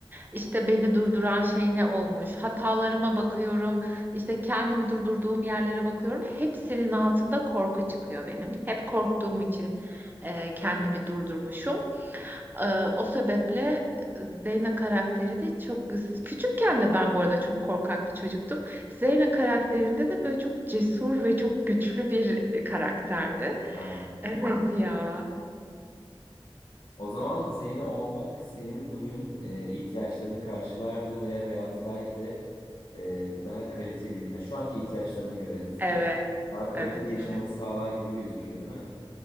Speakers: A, on the right; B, on the left.
A: işte beni durduran şey ne olmuş? Hatalarıma bakıyorum. İşte kendimi durdurduğum yerlere bakıyorum. Hepsinin altında korku çıkıyor benim. Hep korktuğum için e, kendimi durdurmuşum. Ee, o sebeple Zeyna karakteri de çok küçükken de ben bu arada çok korkak bir çocuktum. Zeyna karakterinde de böyle çok cesur ve çok güçlü bir karakterdi.
B: Ha.
A: Evet Ya.
B: O zaman Zeyne olmak senin bugün e, ihtiyaçlarını karşılardı ve hayatı belki de e, daha kaliteli, yani şu anki ihtiyaçlarına göre en azından
A: Evet,
B: daha kaliteli
A: evet,
B: yaşamanı
A: evet.
B: sağlar gibi gözüküyor, değil mi?